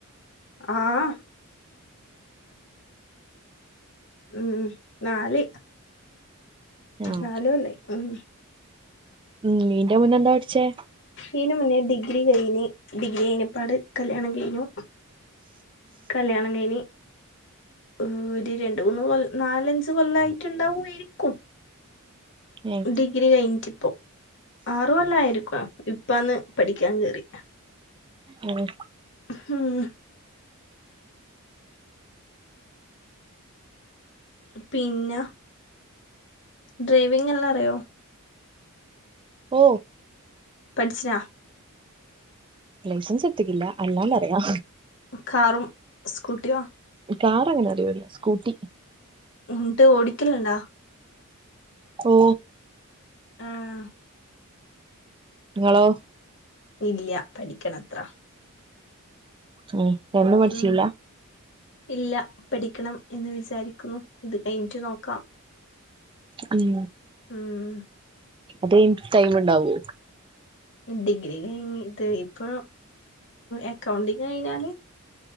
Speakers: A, on the left; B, on the right.
A: ആഹ്. ഉം നാല്.
B: ആഹ്
A: നാല് കൊല്ലായി ഉം.
B: ഉം ഈന്റെ മുന്നേ എന്താ പഠിച്ചേ?
A: ഈൻ്റെ മുന്നേ ഡിഗ്രി കഴിഞ്ഞ് ഡിഗ്രി കഴിഞ്ഞപ്പാട് കല്യാണം കഴിഞ്ഞു. കല്യാണം കയിഞ്ഞ് ഒര് രണ്ട്, മൂന്ന് കൊ നാലഞ്ച് കൊല്ലായിട്ടുണ്ടാവുആയിരിക്കും..
B: ഏഹ്
A: ഡിഗ്രി കഴിഞ്ഞിട്ട്പ്പോ ആറ്കൊല്ലായിരിക്കാം ഇപ്പാന്ന് പഠിക്കാ കേറി.
B: ഉം.
A: ഉം പിന്നെ ഡ്രൈവിങ് എല്ലാം അറിയോ
B: ഓ
A: പഠ്ച്ച്നാ
B: ലൈസൻസ് എട്ത്തിക്കില്ല അല്ലാണ്ടറയാ
A: കാറും സ്കൂട്ടിയോ
B: കാറങ്ങനെ അറിയൂല സ്കൂട്ടി
A: ന്ന്ട്ട് ഓടിക്കല്ണ്ടാ
B: ഓ
A: ആഹ്
B: ഇങ്ങളോ
A: ഇല്യ പഠിക്കണത്ര
B: ഉം തുടർന്ന് പഠിച്ചീല്ല
A: ഉം ഇല്ല പഠിക്കണം എന്ന് വിചാരിക്കുന്നു ഇത് കൈഞ്ഞ്ട്ട് നോക്കാം
B: ഉം
A: ഉം
B: അതൈഞ്ഞിട്ട് ടൈമ്ണ്ടാവോ
A: ഡിഗ്രി കഴി ഇത് ഇപ്പൊ എക്കൗണ്ടിങ്ങഴിഞ്ഞാല്